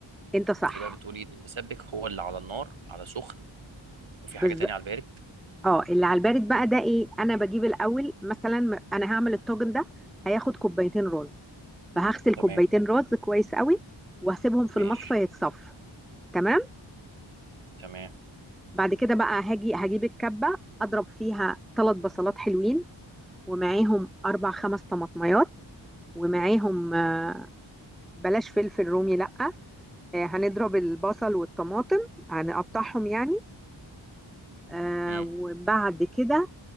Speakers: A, in the centre; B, on the right.
A: انت صح
B: انت بقى بتقولي ان المسبك هو اللي على النار على سخن وفي حاجة
A: بز...
B: تانية على البارد
A: اه اللي على البارد بقى ده ايه انا بجيب الاول مثلا م- انا هعمل الطاجن ده هياخد كوبايتين رز فهغسل
B: تمام
A: كوبايتين رز كويس قوي وهسيبهم في
B: ماشي
A: المصفى يتصفوا تمام
B: تمام
A: بعد كده بقى هاجي هجيب الكبه اضرب فيها ثلاث بصلات حلوين ومعاهم اربع خمس طماطميات ومعاهم آه، بلاش فلفل رومي لا آه، هنضرب البصل والطماطم هنقطعهم يعني آه،
B: امم
A: وبعد كده